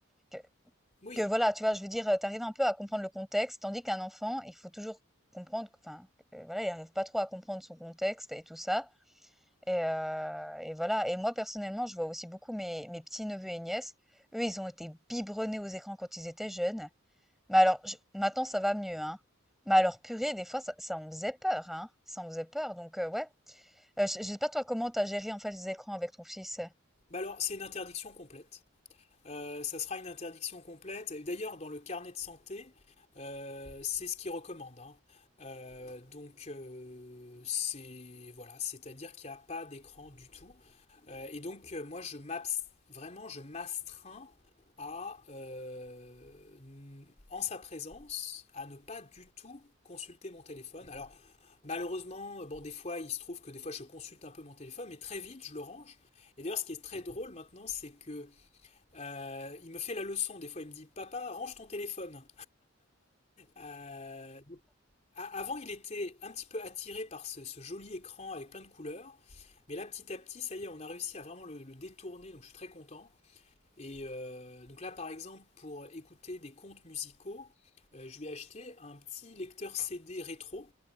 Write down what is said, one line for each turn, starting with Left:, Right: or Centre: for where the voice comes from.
Centre: que,
Left: Oui,
Centre: que voilà, tu vois, je veux dire, tu arrives un peu à comprendre le contexte, tandis qu'un enfant, il faut toujours comprendre, enfin, euh, voilà, il arrive pas trop à comprendre son contexte et tout ça. Et, euh, et voilà. Et moi, personnellement, je vois aussi beaucoup mes, mes petits-neveux et nièces. Eux, ils ont été biberonnés aux écrans quand ils étaient jeunes. Mais alors, je- maintenant, ça va mieux, hein. Mais alors, purée, des fois, ça, ça en faisait peur, hein. Ça en faisait peur. Donc, euh, ouais. Heu, je je sais pas toi comment t'as géré en fait les écrans avec ton fils?
Left: bah alors c'est une interdiction complète. Euh, ça sera une interdiction complète. Et D'ailleurs, dans le carnet de santé, euh, c'est ce qu'ils recommandent. hein. Euh, donc, euh, c'est voilà, c'est-à-dire qu'il n'y a pas d'écran du tout. Euh, et donc, euh, moi, je m'abs- vraiment, je m'astreins à, euh, n- en sa présence, à ne pas du tout consulter mon téléphone. Alors, malheureusement, euh, bon, des fois, il se trouve que des fois, je consulte un peu mon téléphone, mais très vite, je le range. Et d'ailleurs, ce qui est très drôle maintenant, c'est que euh, il me fait la leçon, des fois il me dit Papa, range ton téléphone. Euh, donc, a- avant il était un petit peu attiré par ce, ce joli écran avec plein de couleurs, mais là petit à petit, ça y est, on a réussi à vraiment le, le détourner, donc je suis très content. Et euh, donc là par exemple, pour écouter des contes musicaux, euh, je lui ai acheté un petit lecteur CD rétro,